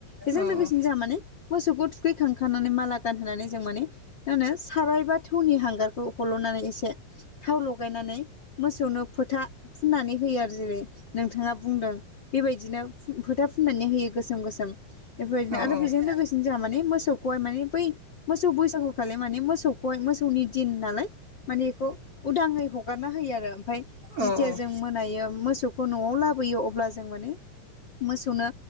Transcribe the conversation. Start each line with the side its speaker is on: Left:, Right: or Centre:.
Left: बेजों
Right: जोंनि
Left: लोगोसेनो जों माने मोसौखौ थुखैखांनानै माला गानहोनानै जों माने मा होनो सारायबा थौनि हांगारखौ हल'नानै एसे थाव लगायनानै मोसौनो फोथा फुननानै होयो आरो जेरै नोंथाङा बुंदों बेबायदिनो फोथा फुननानै होयो गोसोम गोसोम बेफोरबायदिनो
Right: ओमफ्रायनो
Left: आरो बेजों लोगोसेनो जोंहा माने मोसौखौहाय माने बै मोसौ बैसागु खालि माने मोसौखौहाय मोसौनि दिन नालाय माने बेखौ उदाङै ह हगारना होयो आरो ओमफ्राय
Right: ओमफ्राय
Left: जिथिया जों मोनायो मोसौखौ न'आव लाबोयो अब्ला जों माने मोसौनो